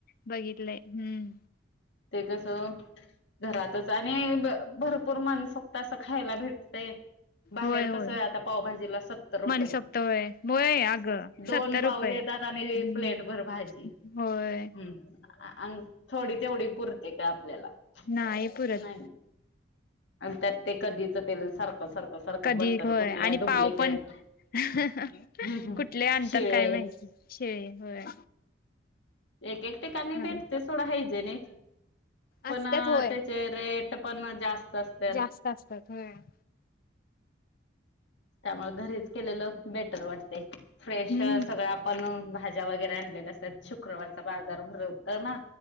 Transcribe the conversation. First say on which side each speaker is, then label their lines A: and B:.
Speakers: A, on the left; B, on the left.
A: बघितलंय, हम्म.
B: ते कसं. घरातच, आणि भरपूर मानसोक्त असं खायला भेटतेय. बाहेर
A: होय होय
B: कस आता पावभाजीला सत्तर रुपये.
A: मनसोक्त होय होय अगं
B: दोन
A: सत्तर
B: पाव
A: रुपये
B: देतात,
A: हम्म
B: आणि प्लेट भर भाजी,
A: होय
B: हम्म. अन, थोडी तेवढी पुरते का आपल्याला,
A: नाही पुरत
B: नाही. आणि त्यात ते कधीच तेल सारखं सारखं सारखं
A: कधी
B: बटर
A: होय,
B: कुठलं
A: आणि
B: डुप्लिकेट.
A: पाव पण कुठले
B: हम्म हम्म
A: आणतात
B: शिळे
A: काय माहिती? शीळे होय.
B: एक एक ठिकाणी
A: अरे
B: भेटते सोडा हायजेनिक. पण
A: असत्यात होय
B: त्याचे रेट पण, जास्त असत्यात.
A: जास्त असतात होय.
B: त्यामुळे घरीच केलेलं बेटर वाटते, फ्रेश
A: हम्म
B: सगळं आप पण भाज्या वगैरे आणलेल्या असतात, शुक्रवारचा बाजार भरवतो ना.